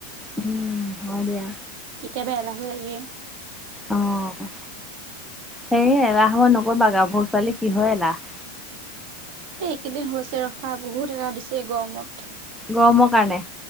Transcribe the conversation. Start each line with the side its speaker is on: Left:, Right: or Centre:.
Centre: উম, হয় দিয়া।
Right: কেতিয়াবা এলাহো লাগে।
Centre: অ', হে এলাহ <unintelligible> নকৰিবা, গাভৰু ছোৱালী কিহৰ এলাহ।
Right: এইকেইদিন হৈছে ৰখা বহুত এলাহ দিছে গৰমত।
Centre: গৰমৰ কাৰণে।